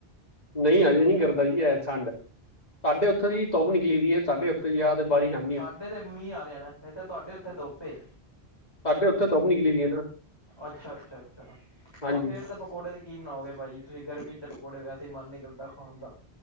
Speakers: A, on the left (about 40°); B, on the left (about 25°).
A: ਨਹੀਂ ਅਜੇ ਨੀ ਕਰਦਾ ਜੀ ਇਹ ਠੰਡ, ਸਾਡੇ ਉੱਥੋਂ ਦੀ ਧੁੱਪ ਨਿਕਲੀ ਹੋਈ ਹੈ ਸਾਡੇ ਉੱਥੋਂ ਤੇ ਯਾ ਤਬਾਹੀਆ।
B: ਸਾਡੇ ਤੇ ਮੀਂਹ ਆ ਰਿਹਾ ਇੱਥੇ, ਤੁਹਾਡੇ ਉੱਥੇ ਧੁੱਪ ਹ
A: ਸਾਡੇ ਉੱਥੇ ਧੁੱਪ ਨਿਕਲੀ ਦੀ ਹੈ ਨਾ
B: ਅੱਛਾ- ਅੱਛਾ- ਅੱਛਾ,
A: ਹਾਂਜੀ
B: ਬਸ ਫੇਰ ਤਾ ਪਕ ਪਕੌੜੇ ਤੇ ਕੀ ਬਣਾਓਗੇ ਭਾਜੀ ਤੁਸੀਂ, ਗਰਮੀ 'ਚ ਪਕੌੜੇ ਵੈਸੇ ਮਨ ਨਹੀਂ ਕਰਦਾ ਖਾਣ ਦਾ।